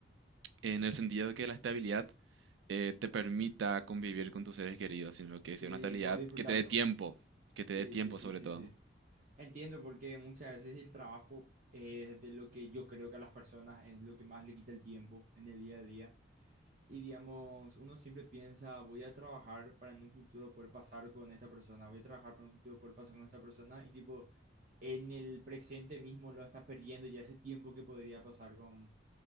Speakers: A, on the right; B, on the right.
A: en el sentido de que la estabilidad eh, te permita convivir con tus seres queridos, sino que
B: Sí,
A: sea una estabilidad
B: por disfrutarlo.
A: que te dé tiempo, que te
B: Sí,
A: dé tiempo
B: sí, sí,
A: sobre
B: sí,
A: todo.
B: sí. Entiendo porque muchas veces el trabajo es de lo que yo creo que a las personas es lo que más le quita el tiempo en el día a día. Y digamos, uno siempre piensa, voy a trabajar para en un futuro poder pasar con esta persona, voy a trabajar para en un futuro poder pasar con esta persona y tipo, en el presente mismo lo está perdiendo ya ese tiempo que podría pasar con